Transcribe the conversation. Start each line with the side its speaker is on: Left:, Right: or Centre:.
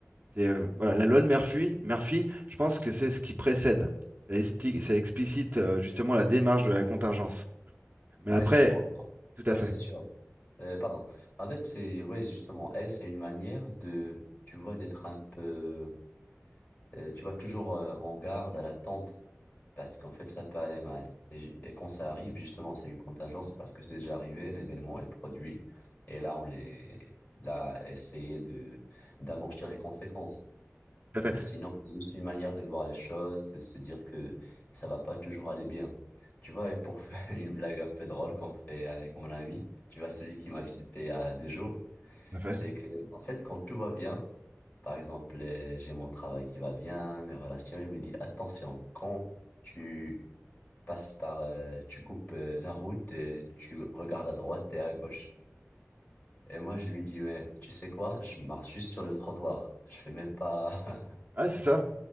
Right: c'est euh, voilà, la loi de Murphy, Murphy, je pense que c'est ce qui précède. Ça explique, ça explicite euh, justement la démarche de la contingence. Mais
Left: Ouais,
Right: après,
Left: justement.
Right: tout à
Left: Ouais,
Right: fait,
Left: c'est sûr. Euh, pardon. En fait, c'est ouais, justement, elle, c'est une manière de, tu vois, d'être un peu, euh, tu vois, toujours euh, en garde, à l'attente, parce qu'en fait, ça peut aller mal. Et, j- et quand ça arrive, justement, c'est une contingence parce que c'est déjà arrivé, l'événement est produit, et là, on est là, à essayer de d'amortir les conséquences.
Right: tout à fait,
Left: Mais sinon, c'est juste une manière de voir les choses, de se dire que ça va pas toujours aller bien. Tu vois, et pour <laughs> faire une blague un peu drôle qu'on fait avec mon ami, tu vois, celui qui m'a visité il y a deux jours.
Right: tout à fait.
Left: C'est que, en fait, quand tout va bien, par exemple, euh, j'ai mon travail qui va bien, mes relations, il me dit, attention, quand tu passes par, euh, tu coupes euh, la route et tu regardes à droite et à gauche. Et moi, je lui dis, mais tu sais quoi, je marche juste sur le trottoir. Je fais même pas. <laughs>
Right: Ah, c'est ça.